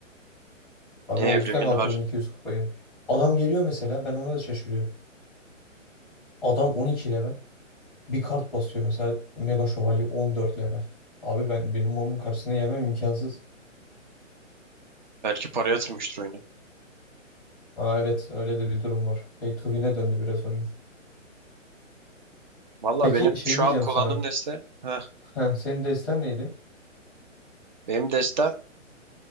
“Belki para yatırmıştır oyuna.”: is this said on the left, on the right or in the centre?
Right